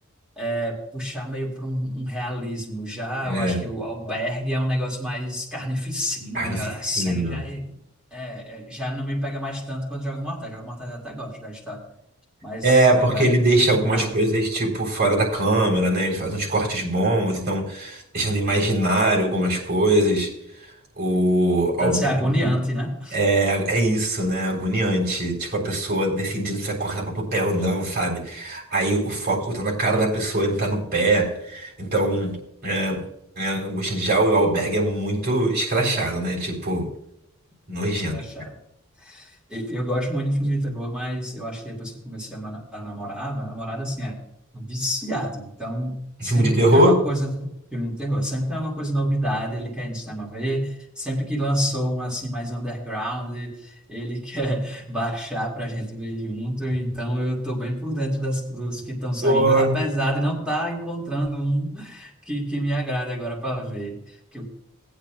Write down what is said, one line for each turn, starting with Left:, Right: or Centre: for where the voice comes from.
Centre: é, puxar meio para um, um realismo. Já
Right: É,
Centre: eu acho que o Albergue é um negócio mais carnificina,
Right: Carnificina.
Centre: é um negócio assim, já, é, é, é, já não me pega mais tanto quando jogo no Mortal. Jogo no Mortal eu até gosto da história, mas
Right: É,
Centre: o
Right: porque
Centre: Albergue,
Right: ele deixa algumas
Centre: não.
Right: coisas, tipo, fora da câmera, né? Ele faz uns cortes bons, então, deixando imaginário algumas coisas. O
Centre: Deve
Right: Albergue.
Centre: ser agoniante, né?
Right: É é isso, né? Agoniante. Tipo, a pessoa decidindo se vai cortar para o pé ou não, sabe? Aí o foco tá na cara da pessoa e não tá no pé. Então, é, é angustiante. Já o Albergue é muito escrachado, né? Tipo,
Centre: <laughs>
Right: nojento.
Centre: Escrachado. E- Eu gosto muito de filme de terror, mas eu acho que depois que eu comecei a ma- a namorar, meu namorado, assim, é viciado. Então, sempre
Right: Um filme de terror?
Centre: que tem alguma coisa, filme de terror, sempre tem alguma coisa novidade, ele quer ir no cinema ver. Sempre que lançou um, assim, mais underground, ele <laughs> quer baixar pra gente ver junto. Então, eu tô bem por dentro das, dos que estão saindo,
Right: Ou
Centre: apesar de não estar encontrando um que, que me agrade agora para ver. Que eu